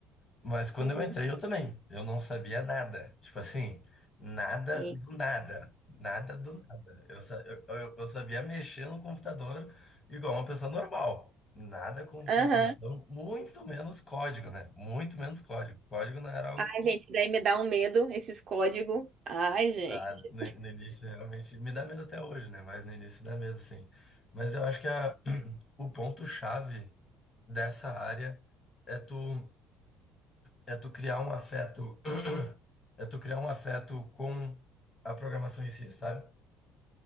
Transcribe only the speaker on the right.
Uhum.
Eita.
Aham.
Ai,
gente, daí me dá um medo esses códigos. Ai, gente.